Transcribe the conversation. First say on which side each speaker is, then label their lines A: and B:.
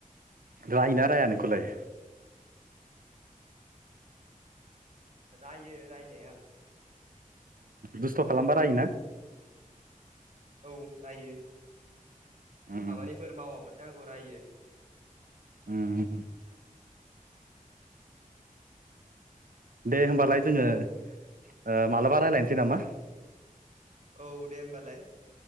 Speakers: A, on the right (about 80°); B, on the right (about 60°).
A: रायना राया नोंखौलाय
B: रायो रायनाया
A: दुस्थ खालामबा रायोना
B: औ रायो
A: उम
B: खामानिफोर मावाब्लाथाय आंखौ रायो
A: उम दे होमबालाय जोंङो ओ मालाबा रायजलायनोसै नामा
B: औ दे होमबालाय